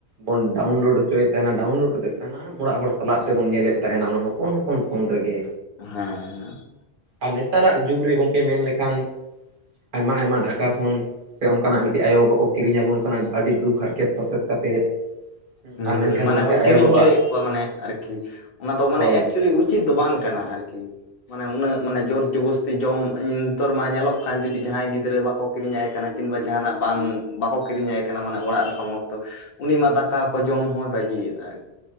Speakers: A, on the right; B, on the left.
A: ᱵᱚᱱ ᱰᱟᱣᱩᱱᱞᱳᱰ ᱦᱚᱪᱚᱭᱮᱫ ᱛᱟᱦᱮᱱᱟ ᱰᱟᱣᱩᱱᱞᱳᱰ ᱠᱟᱛᱮᱫ ᱥᱟᱱᱟᱢ ᱚᱲᱟᱜ ᱦᱚᱲ ᱥᱟᱞᱟᱜ ᱛᱮᱵᱚᱱ ᱧᱮᱞᱮᱫ ᱛᱟᱦᱮᱱᱟ ᱚᱱᱟ ᱦᱚᱯᱚᱱ ᱦᱚ ᱯᱚᱱ ᱯᱷᱳᱱ ᱨᱮᱜᱮ᱾
B: ᱦᱮᱸ ᱮᱸᱻ
A: ᱟᱨ ᱱᱮᱛᱟᱨᱟᱜ ᱡᱩᱜᱽ ᱨᱮ ᱜᱚᱝᱠᱮ ᱢᱮᱱ ᱞᱮᱠᱷᱟᱱ ᱟᱭᱢᱟ ᱟᱭᱢᱟ ᱰᱷᱟᱠᱟ ᱯᱷᱳᱱ ᱥᱮ ᱚᱱᱠᱟᱱᱟᱜ ᱢᱤᱫᱴᱤᱡ ᱟᱭᱳ ᱵᱟᱵᱟ ᱠᱚ ᱠᱤᱨᱤᱧ ᱧᱟᱵᱚᱱ ᱠᱟᱱᱟ᱾ ᱟᱹᱰᱤ ᱫᱩᱠ ᱦᱟᱨᱠᱮᱛ ᱥᱟᱥᱮᱛ ᱠᱟᱛᱮᱫ
B: ᱦᱩᱸ
A: ᱟᱨ ᱢᱮᱱᱠᱷᱟᱱ
B: ᱢᱟᱱᱮ
A: ᱜᱚᱝᱠᱮ
B: ᱵᱚᱱ
A: ᱟᱭᱳᱼᱵᱟᱵᱟ
B: ᱠᱤᱨᱤᱧ ᱪᱚᱭᱮᱫ ᱠᱚᱣᱟ ᱢᱟᱱᱮ ᱟᱨᱠᱤ ᱚᱱᱟ ᱫᱚ ᱢᱟᱱᱮ
A: ᱦᱳᱭ
B: ᱮᱠᱪᱩᱭᱮᱞᱤ ᱩᱪ ᱪᱤᱛ ᱫᱚ ᱵᱟᱝ ᱠᱟᱱᱟ ᱟᱨᱠᱤ᱾ ᱢᱟᱱᱮ ᱩᱱᱟᱹᱜ ᱢᱟᱱᱮ ᱡᱳᱨ ᱡᱚᱵᱚᱥᱛᱤ ᱡᱚᱢ ᱤᱱᱛᱚᱨ ᱢᱟ ᱧᱮᱞᱚᱜ ᱠᱟᱱ ᱡᱩᱫᱤ ᱡᱟᱦᱟᱸᱭ ᱜᱤᱫᱽᱨᱟᱹ ᱵᱟᱠᱚ ᱠᱤᱨᱤᱧ ᱟᱭ ᱠᱟᱱᱟ ᱠᱤᱱᱵᱟ ᱡᱟᱦᱟᱱᱟᱜ ᱵᱟᱝ ᱵᱟᱠᱚ ᱠᱤᱨᱤᱧᱟᱭ ᱠᱟᱱᱟ ᱢᱟᱱᱮ ᱚᱲᱟᱜ ᱨᱮ ᱥᱚᱢᱚᱨᱛᱚ ᱩᱱᱤ ᱢᱟ ᱫᱟᱠᱟ ᱠᱚ ᱡᱚᱢ ᱦᱚᱸᱭ ᱵᱟᱹᱜᱤᱭᱮᱫ-ᱟ ᱟᱨᱠᱤ,